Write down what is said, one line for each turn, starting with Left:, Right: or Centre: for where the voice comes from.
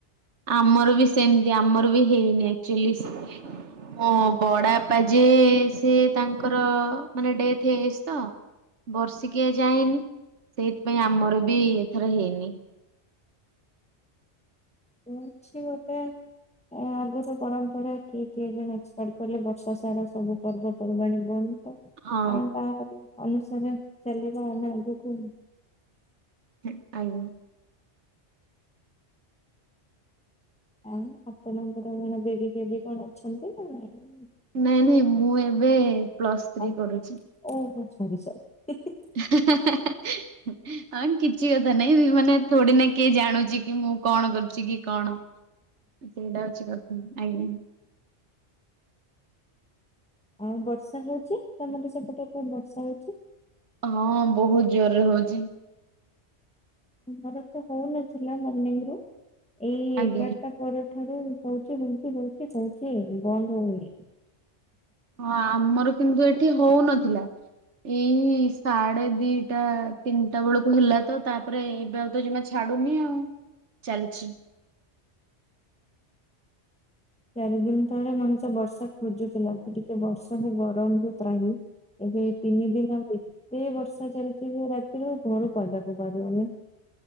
Right: ଆମର ବି ସେମିତି ଆମର ବି ହେଇନି ଆକଚୁଆଲିସ୍ ହଁ ବଡ ବାପା ଯିଏ ସେ ତାଙ୍କର ମାନେ ଡେଥ ହେଇ <unintelligible> ତ। ବର୍ଷିକିଆ ଯାଏନି ସେଇଥିପାଇଁ ଆମର ବି ଏଥର ହେଇନି।
Centre: ଉଁ ଅଛି ଗୋଟେ ଏଁ ଆଗୁରୁ ପରମ୍ପରା କିଏ କିଏ ଜଣେ ଏକ୍ସପାଟ କଲେ ବର୍ଷ ସାରା ସବୁ ପର୍ବ ପର୍ବାଣୀ ବନ୍ଦ ତ
Right: ହଁ
Centre: ଆଉ ତା ଅନୁସାରେ ଚାଲିବା ଆମେ ଆଗୁକୁ
Right: ହୁଁ ଆଇବୁ
Centre: ଆ ଆପଣଙ୍କର କଣ ବେବି କେବି କଣ ଅଛନ୍ତି ନା ନାଇଁ?
Right: ନାଇଁ ନାଇଁ ମୁଁ ଏବେ ପ୍ଲସ୍ ଥ୍ରୀ
Centre: ଆ
Right: କରୁଛି।
Centre: ଓହୋ ସରି ସରି ହି ହି
Right: ହେ ହେ ହେ ହେ ହେ ହୁଁ। ହଁ କିଛି କଥା ନାଇଁ ମାନେ ଥୋଡି ନା କିଏ ଜାଣୁଚି କି ମୁଁ କଣ କରୁଚି କି କଣ ଆଜ୍ଞା।
Centre: ଆଉ ବର୍ଷା ହଉଛି ତମର ସେପଟେ ପୁ ବର୍ଷା ହଉଛି
Right: ହଁ ବହୁତ ଜୋରରେ ହଉଚି।
Centre: ମୋର ତ ହଉନଥିଲା ମର୍ଣ୍ଣିଙ୍ଗ ରୁ ଏଇ ଏଗାରଟା
Right: ଆଜ୍ଞା।
Centre: ପରଠାରୁ ହଉଛି ହଉଚି ହଉଚି ହଉଛି ବନ୍ଦ ହଉନି।
Right: ହଁ ଆମର କିନ୍ତୁ ଏଠି ହଉନଥିଲା। ଏଇ ସାଢେ ଦିଟା ତିନିଟା ବୁଳୁକୁ ହେଲା ତ ତାପରେ ଏ ଏବେ ଆଉ ତ ଜିମା ଛାଡୁନି ଆଉ ଚାଲିଛି।
Centre: ଚାରି ଦିନି ତଳେ ମଣିଷ ବର୍ଷା ଖୋଜୁଥିଲା କି ଟିକେ ବର୍ଷା ହଉ ଗରମରୁୁ ତ୍ରାହି। ଏବେ ତିନି ଦିନ ଆ ଏତେ ବର୍ଷା ଚାଲିଛି ଯେ ରାତିରୁ ଘରୁ ପାଦା କୁ ବାହାରି ହଉନି।